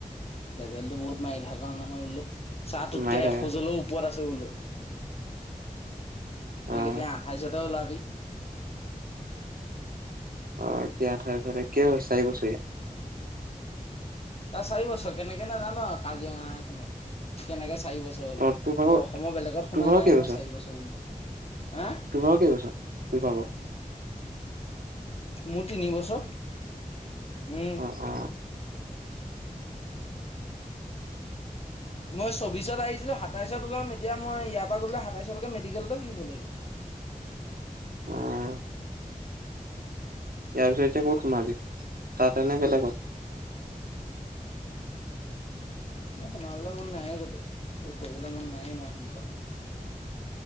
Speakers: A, on the left; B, on the right.
A: ৰেবেলটো বহুত মাই থকা নহয় বোলো চা তোতকে
B: মাৰি থাকে
A: এখোজ হলেও ওপৰত আছো বোলো। তই
B: অ',
A: কেতিয়া আঠাইছ হে ওলাবি?
B: অ' এতিয়া আঠাইছ <unintelligible> কেই বছ চাৰি বছৰীয়া।
A: তাৰ চাৰি বছৰ কেনেকে নেজানো আও কাজিৰঙা খনত। কেনেকে চাৰি বছৰ হ'ল।
B: ত
A: কিন্তু
B: তোৰ ভাগৰ
A: অসমৰ বেলেগত শুনা
B: তোৰ ভাগৰ
A: নাই
B: কেইবছৰ
A: মই চাৰি বছৰ বুলি। হা?
B: তোৰ ভাগৰ কেইবছৰ তোৰ ভাগৰ
A: মোৰ তিনি বছৰ। উম।
B: অ' অ'।
A: মই ছব্বিছত আহিছিলো সাতাইছত ওলাম, এতিয়া মই ইয়াৰ পা গৈ পেলাই সাতাইছৰ লৈকে মেডিকেলতে থাকিব লাগিব।
B: অ'। ইয়াৰ পিছত এতিয়া ক'ত সোমাবি? তাতে নে বেলেগত?
A: মোক সোমাবলে মন নাইয়ে কতো, এইবোৰ কৰিবলে মন নায়ে ইমান সোনকালে।